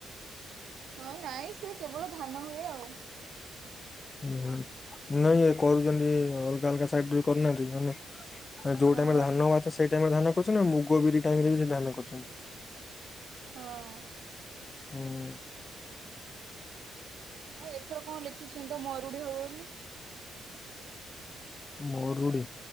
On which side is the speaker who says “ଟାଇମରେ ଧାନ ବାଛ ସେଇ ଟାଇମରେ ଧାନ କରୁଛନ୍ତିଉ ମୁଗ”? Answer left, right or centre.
Left